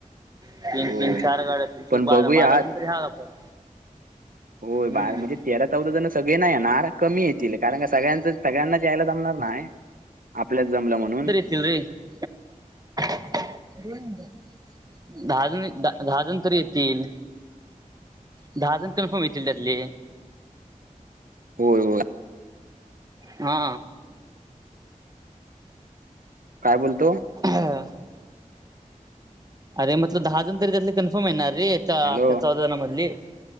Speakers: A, on the right (about 25°); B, on the right (about 80°).
A: तीन
B: होय
A: तीन चार गाड्या तीन
B: पण
A: चोक
B: बघूया
A: बारा बारा जण तरी हाय आपण
B: होय
A: हम्म
B: बाहेर म्हणजे तेरा चौदा जण सगळे नाही येणार कमी येतील कारण का सगळ्यांच सगळ्यांनाच यायला जमणार न्हाय. आपल्यात जमलं म्हणून.
A: <unintelligible>
B: <inaudible>
A: <unintelligible> दहा जण द दहा जण तरी येतील. दहा जण कन्फर्म येतील त्यातले.
B: होय होय.
A: हा.
B: काय बोलतो?
A: <unintelligible> अरे मटल दहा जण तरी त्यातले कन्फर्म येणार रे अक्या
B: हॅलो
A: चौदा जणा मधली.